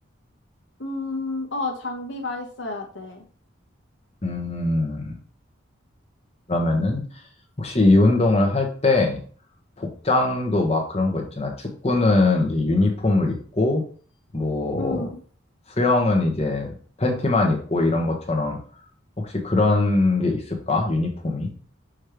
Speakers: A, on the left; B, on the left.
A: 음, 어, 장비가 있어야 돼.
B: 음, 그러면은 혹시 이 운동을 할 때 복장도 막 그런 거 있잖아. 축구는 이제 유니폼을 입고 뭐
A: 음,
B: 수영은 이제 팬티만 입고 이런 것처럼 혹시 그런 게 있을까? 유니폼이?